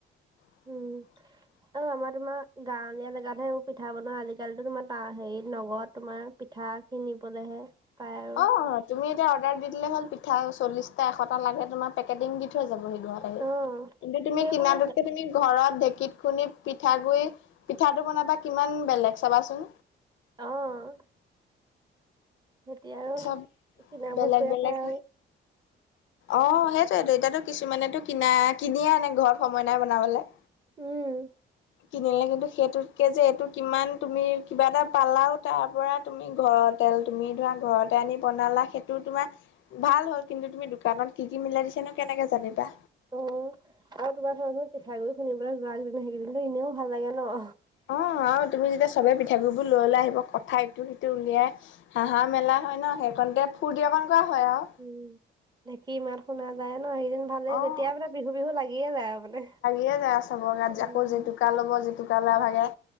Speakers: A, on the left (about 75°); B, on the right (about 20°).
A: <inaudible>
B: উম আৰু আমাৰ তোমাৰ গাঁৱলীয়া জেগাতহেবোৰ পিঠা বনোৱা আজিকালিতো তোমাৰ হেৰিত নগৰত তোমাৰ পিঠা কিনিবলেহে, পায় আৰু
A: অ তুমি এতিয়া অৰ্ডাৰ দি দিলে হ'ল পিঠা চল্লিছটা এশটা লাগে তোমাৰ পেকেটিং দি থৈ যাব সি,
B: অ
A: কিন্তু তুমি
B: সেইবোৰ
A: কিনাটোতকে তুমি ঘৰত ঢেঁকীত খুন্দি পিঠা গুৰি পিঠাটো বনাবা কিমান বেলেগ চাবাচোন।
B: অ তেতিয়া আৰু
A: চব
B: কিনা
A: বেলেগ
B: বস্তুৱে
A: বেলেগ।
B: খাই আৰু
A: অ সেইটোয়েত এতিয়া কিছুমানেতো কিনা কিনিয়ে আনে ঘৰত সময় নাই বনাবলে।
B: উম,
A: কিনিলে কিন্তু সেইটোতকে যে এইটো কিমান তুমি কিবা এটা পালাও তাৰ পৰা। তুমি ঘৰতেল তুমি ধৰা ঘৰতে আনি বনালা সেইটো তোমাৰ। ভাল হল কিন্তু তুমি দোকানত কি কি মিলাই দিছা নো কেনেকে জানিবা।
B: অ আৰু তোমাৰ ঘত মই পিঠাগুৰি খুনিবলৈ যোৱা কেইদিন সেই কেইদিন এনেও ভাল লাগে ন,
A: অ আৰু তুমি যেতিয়া চবে পিঠাগুৰি বোৰ লৈ লৈ আহিব কথা ইটো সিটো উলিয়াই। হাঁহা মেলা হয় ন সেইখনণতে ফূৰ্তিঅকন কৰা হয় আৰু
B: উম ঢেকি মাত শুনা যায় ন সেইদিন ভালে
A: অ'।
B: তেতিয়া মানে বিহু বিহু লাগিয়ে যায় আৰু মানে।
A: যায় চ বৰ গাত
B: উম
A: আকৌ জেতুকা ল'ব জেতুকা লোৱা ভাগে